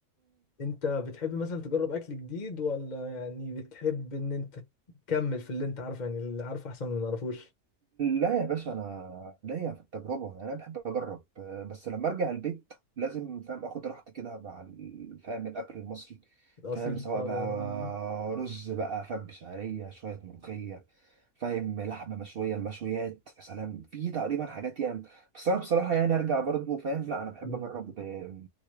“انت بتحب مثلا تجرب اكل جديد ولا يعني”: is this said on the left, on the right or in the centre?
Left